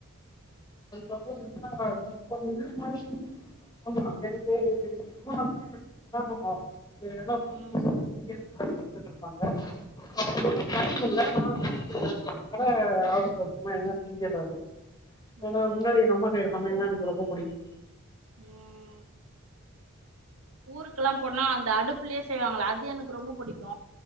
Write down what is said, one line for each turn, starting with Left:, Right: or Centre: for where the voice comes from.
Left: அதுக்கப்றோந்தா இப்ப முன்ன மாரி ஆமா எனக்கு ரெண்டு <unintelligible> எதுனா
Right: ம்
Left: புடுச்சு <unintelligible> செஞ்சட்டு இருப்பாங்க <unintelligible>
Right: ம்
Left: டைம் இல்ல <unintelligible> னால அவசற அவசறம்மா எதுன்னா செஞ்சுடுறது அதா
Right: ம்
Left: முன்னாடி எங்க அம்மா செய்ற சமயல் தா எனக்கு ரொம்ப பிடிக்கு
Right: உம் ஊருக்கெல்லா போனா அந்த அடுப்லயே செய்வாங்ள அது எனக்கு ரொம்ப புடிக்கு